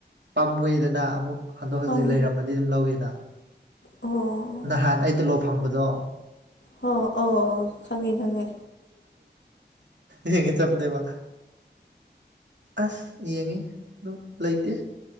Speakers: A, on the right; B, on the left.
A: ꯄꯥꯝꯃꯣꯏꯗꯅ ꯑꯃꯨꯛ ꯍꯟꯗꯣꯛ
B: ꯍꯣꯏ
A: ꯍꯟꯖꯤꯛ ꯂꯩꯔꯝꯃꯗꯤ ꯑꯗꯨꯝ ꯂꯧꯋꯅ
B: ꯑꯣ
A: ꯅꯍꯥꯟ ꯑꯩ ꯇꯂꯣ ꯐꯪꯕꯗꯣ
B: ꯍ ꯑꯣ ꯑꯣ ꯈꯪꯉꯦ ꯈꯪꯉꯦ
A: ꯌꯦꯡꯒ ꯆꯞꯅꯦꯕ ꯑꯁ ꯌꯦꯡꯉꯤ ꯑꯗꯨ ꯂꯩꯇꯦ